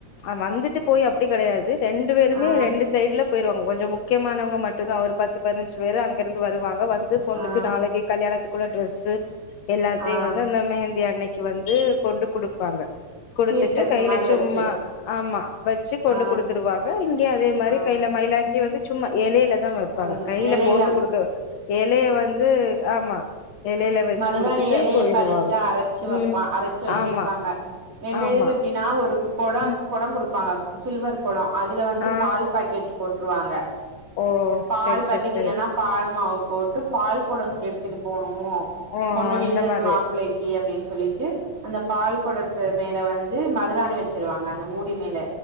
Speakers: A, on the left; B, on the right.
A: ஆ வந்துட்டு போய் அப்டி கெடையாது ரெண்டு பேருமே
B: ஆ
A: ரெண்டு சைட்ல போயிருவாங்க கொஞ்ச முக்கியமானவங்க மட்டுந்தா ஒரு பத்து பதினஞ்சு பேர் அங்கிருந்து வருவாங்க வந்து பொண்ணுக்கு
B: ஆ
A: நாளைக்கு த்துக்குள்ள ட்ரெஸ்ஸு எல்லாத்தையு
B: ஆ
A: வந்து அந்த மெஹந்தி அன்னைக்கு வந்து கொண்டு குடுப்பாங்க குடுத்துட்டு
B: சீர்த்தட்டு
A: கையில
B: மாரி
A: சும்மா
B: வச்சு
A: ஆமா வச்சு கொண்டு
B: ஆ
A: குடுத்துருவாங்க இங்கே அதே மாரி
B: ஆ
A: கையில மயிலாஞ்சி வந்து சும்மா எலையில தா வப்பாங்க
B: ம்
A: கையில
B: எலையில
A: போட்டு குடுக்க எலைய வந்து ஆமா எலையில வச்சு
B: மருதானி
A: குடுத்துட்டு
B: எலைய
A: போயிருவாங்க
B: பறிச்சு அரைச்சு வப்பா
A: ம்
B: அரைச்சு வச்சிருப்பாங்க
A: ஆமா
B: எங்க
A: ஆமா
B: இதுல எப்டின்னா ஒரு கொட
A: ம்
B: கொட குடுப் ப்பாங்க சில்வர் கொட அதுல வந்து
A: ஆ
B: பால் பாக்கெட் போட்ருவாங்க
A: ஓ
B: பால்
A: செரி
B: பாக்கெட்
A: செரி செரி
B: இல்லன்னா பால் மாவ போட்டு பால் கொட எடுத்துட்டு போனு
A: ஓ
B: பொண்ணு வீட்ல
A: அந்த
B: இருந்து
A: மாரி
B: மாப்பிள்ளை க்கி அப்டின்னு சொல்லிட்டு அந்த பால் கொடத்து மேல வந்து மருதாணி வச்சிருவாங்க அந்த மூடி மேல